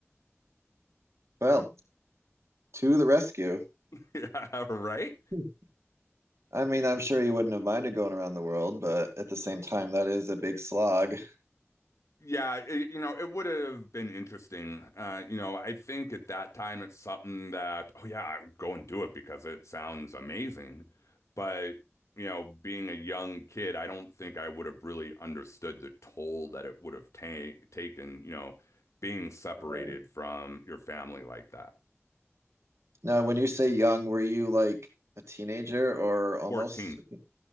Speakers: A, on the right; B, on the left.
A: Well, to the rescue.
B: Yeah, right?
A: Hmm. I mean, I'm sure you wouldn't have minded going around the world, but at the same time, that is a big slog.
B: Yeah, it, you know, it would have been interesting. Uh, you know, I think at that time it's something that, oh yeah, I would go and do it because it sounds amazing. But, you know, being a young kid, I don't think I would have really understood the toll that it would have ta taken, you know, being separated
A: Right.
B: from your family like that.
A: Now, when you say young, were you like a teenager or almost
B: 14
A: a